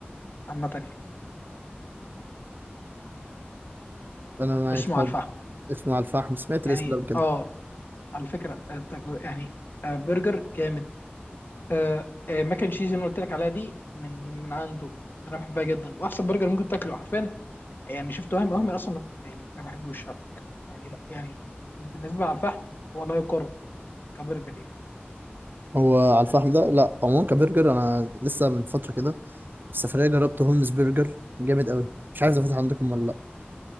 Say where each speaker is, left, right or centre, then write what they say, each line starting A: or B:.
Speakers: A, on the left; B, on the right.
A: عامه يعني
B: أنا معاك
A: اسمه
B: طب
A: على الفحم
B: اسمه على الفحم سمعت
A: يعني
B: الاسم ده قبل كده
A: اه على فكره التجر- يعني آه، برجر جامد آه آه ماكن تشيز اللي أنا قلت لك عليها دي من من عنده انا بحبها جدا واحسن برجر ممكن تاكله حرفيا يعني شفت وهمي وهمي اصلا يعني ما بحبوش على فكره يعني لا يعني بالنسبه على الفحم هو لا يقارن كبرجر يعني
B: هو على الفحم ده لا عموما كبرجر أنا لسه من فترة كده السفرية جربت هولمز برجر جامد قوي مش عارف ده فاتح عندكم ولا لأ